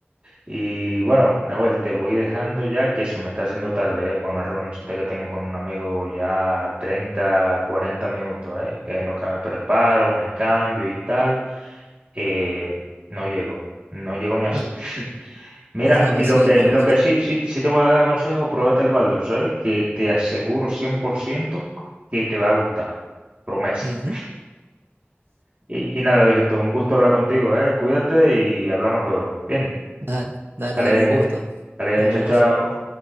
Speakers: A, on the right; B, on the right.
A: Y bueno, Nahuel, te voy dejando ya que se me está haciendo tarde, ¿eh? Para una reunioncita que tengo con un amigo ya 30 40 minutos, ¿eh? Que en lo que me preparo, me cambio y tal, eh, no llego, no llego ni así.
B: No,
A: Mira,
B: <laughs> no,
A: y lo
B: sí,
A: que,
B: me imagino.
A: lo que sí, sí, sí te voy a dar consejo, pruébate el Baldur, ¿sabes? Que te aseguro 100% que te va a gustar. Promesa.
B: Ujú.
A: Y, y nada, viejito, un gusto hablar contigo, ¿eh? Cuídate y hablamos luego. Bien,
B: Dale, dale,
A: dale,
B: dale un gusto.
A: dale,
B: Nos
A: chao,
B: vemos.
A: chao.